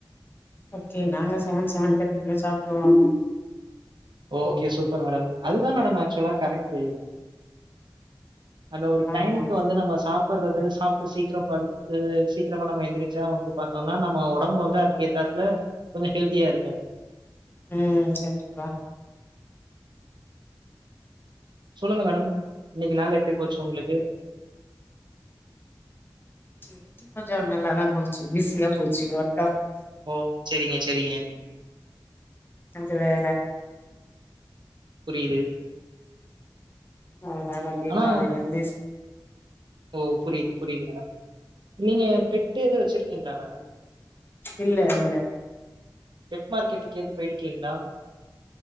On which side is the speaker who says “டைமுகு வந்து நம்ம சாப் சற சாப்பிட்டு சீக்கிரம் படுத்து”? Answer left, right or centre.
Right